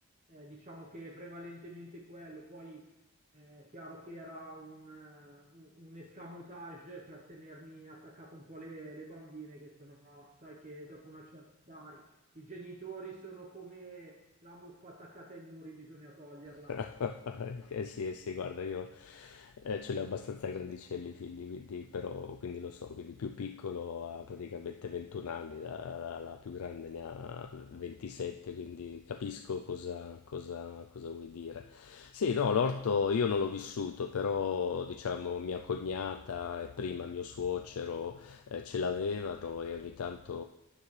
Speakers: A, on the right; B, on the left.
A: Eh, diciamo che è prevalentemente quello, poi eh, è chiaro che era un, eh, un- un escamotage per tenermi attaccato un po' le, le bambine, che sennò sai che dopo una certa età i genitori sono come la muffa attaccata ai muri, bisogna toglierla.
B: <laughs> Eh sì, eh sì, guarda, io eh, ce li ho abbastanza grandicelli i figli, quindi, però, quindi lo so, quindi più piccolo ha praticamente 21 anni, la, la- la più grande ne ha 27, quindi capisco cosa, cosa- cosa vuoi dire. Sì, no, l'orto io non l'ho vissuto, però diciamo mia cognata e prima mio suocero eh, ce l'avevano e ogni tanto